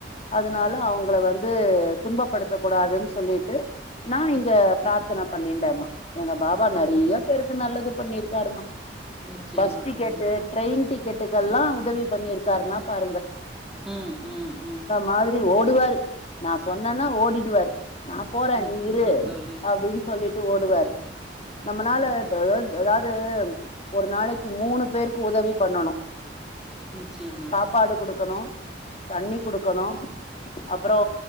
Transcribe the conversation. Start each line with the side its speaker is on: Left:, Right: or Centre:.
Left: அதனால அவுங்கள வந்து துன்பப்படுத்த கூடாதுன் சொல்லிட்டு நா இங்க பிரார்த்தன பண்ணின்டேம்மா எங்க பாபா நெறையா
Centre: ம்.
Left: பேருக்கு நல்லது பண்ணிருக்காருமா
Centre: நிச்சயமா
Left: பஸ் டிக்கெட்டு
Centre: தோழி.
Left: ட்ரெயின் டிக்கெட்டுக்கெல்லா உதவி பண்ணிருக்காருன்னா பாருங்க
Centre: ம் ம் ம்
Left: மாத்ரி ஓடுவாரு நா சொன்னேன்னா ஓடிடுவாரு நா போறே
Centre: நிச்சயமா
Left: நீ இரு
Centre: தோழி.
Left: அப்டின் சொல்லிட்டு ஓடுவாரு நம்மனால <unintelligible> அதாவுது ஒரு நாளைக்கு மூணு பேருக்கு உதவி பண்ணணு
Centre: நிச்சயமா.
Left: சாப்பாடு குடுக்கணு தண்ணி குடுக்கணு அப்றோ